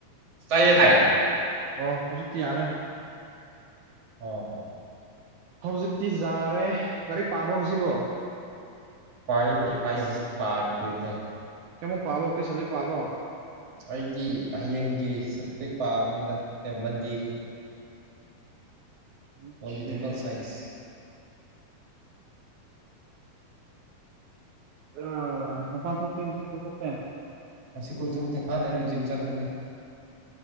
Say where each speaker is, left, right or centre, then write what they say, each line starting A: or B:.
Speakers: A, on the right (about 40°); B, on the right (about 75°).
A: ꯇꯥꯏꯌꯦ ꯚꯥꯢ
B: ꯑꯣ ꯍꯧꯖꯤꯛꯇꯤ ꯌꯥꯔꯦ
A: ꯑꯣ
B: ꯍꯧꯖꯤꯛꯇꯤ ꯖꯥꯔꯦ ꯂꯥꯏꯔꯤꯛ ꯄꯥꯕ꯭ꯔꯣ ꯉꯁꯤꯕꯣ
A: ꯄꯥꯏ ꯄꯥꯏ ꯍꯧꯖꯤꯛ ꯄꯥꯗꯤꯕꯅꯦ
B: ꯀꯌꯥꯃꯨꯛ ꯄꯥꯕ꯭ꯔꯣ ꯀꯔꯤ ꯁꯕꯖꯦꯛ ꯄꯥꯕ꯭ꯔꯣ
A: ꯑꯩꯗꯤ ꯍꯌꯦꯡꯒꯤ ꯁꯞꯖꯦꯛ ꯄꯥꯕꯅꯤꯗ ꯑꯦ ꯃꯟꯗꯦꯒꯤ
B: ꯑꯣꯛꯈꯦ
A: ꯄꯣꯂꯤꯇꯤꯀꯦꯜ ꯁꯥꯏꯟꯁ
B: ꯑꯥ ꯃꯄꯥꯟ ꯊꯣꯛꯇꯦ ꯉꯁꯤꯗꯤ ꯀꯣꯏꯊꯣꯛ
A: ꯑꯁꯤ ꯀꯣꯏꯊꯣꯛꯇꯦ ꯉꯥꯛ ꯂꯩꯔ ꯖꯤꯝ ꯆꯠꯈ꯭ꯔꯅꯤ